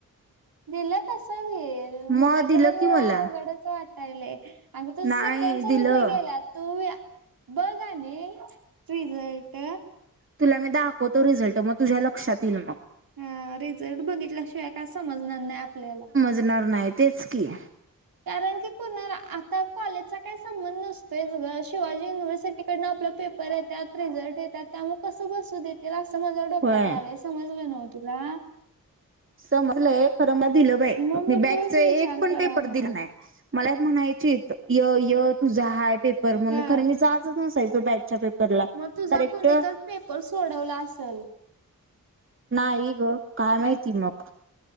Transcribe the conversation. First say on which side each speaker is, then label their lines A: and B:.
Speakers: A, on the right; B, on the right.
A: दिलं कस होईल? मला
B: मग दिलं
A: तर अवघडच
B: की मला
A: वाटायलय. आणि तुझं
B: नाही
A: सेकंडचा
B: दिलं
A: विषय गेला तू या बघ आणि रिझल्ट.
B: तुला मी दाखवतो रिझल्टं, मग तुझ्या लक्षात येईल मग.
A: हा रिझल्ट बघितल्याशिवाय, काय समजणार नाही आपल्याला.
B: देणार नाही तेच की.
A: कारण की कोणा आता कॉलेजचा काही संबंध नसतोयच गं. शिवाजी युनिव्हर्सिटीकडनं आपल्याला पेप पर येतात, रिझर्ट येतात, त्यामुळं कसं बसू देत तेला अस माझ्या डोक्यात
B: होय
A: यायलंय, समजलं नव्ह तुला?
B: समजलंय खरं म दिलं बाई,
A: मग
B: मी बॅकच
A: तोच विचार
B: एक पण
A: करालोय
B: पेपर दिला नाही. मला एक म्हणायचीत, यं यं तुझा हाय पेपर म्हणून,
A: हा
B: खरं मी जातच नसायचो बाई. आजच्या पेपरला,
A: मग तुझा
B: डायरेक्ट
A: कोणी तर पेपर सोडवला असंल,
B: नाही गं, काय माहिती मग.